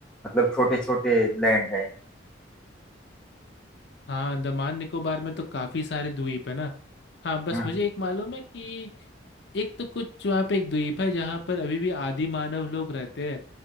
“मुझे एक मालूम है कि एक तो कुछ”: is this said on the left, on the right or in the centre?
Left